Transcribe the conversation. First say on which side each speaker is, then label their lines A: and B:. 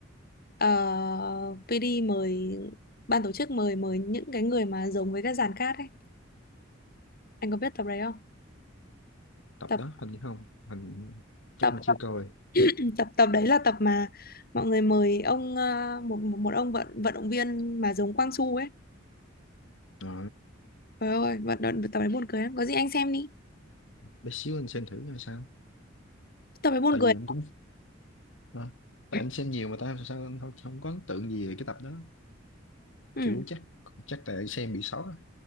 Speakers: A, on the left (about 50°); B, on the left (about 75°).
A: ờ, PD mời ban tổ chức mời mời những cái người mà giống với các dàn cát ấy Anh có biết tập đấy không?
B: tập
A: Tập
B: đó hình như không hình chắc
A: tập
B: anh chưa
A: tập
B: coi
A: <clears throat> tập tập đấy là tập mà mọi người mời ông ờ, một một, một ông vận vận động viên mà giống Quang Su ấy.
B: Ờ,
A: Trời ơi, vận động tập đấy buồn cười lắm. Có gì anh xem đi.
B: bé xíu anh xem thử coi sao
A: Tập đấy buồn
B: tại
A: cười.
B: vì anh cũng ờ, tại
A: <clears throat>
B: anh xem nhiều mà tại sao anh không, không có ấn tượng gì về cái tập đó
A: Ừ,
B: kiểu chắc chắc tại xem bị sót á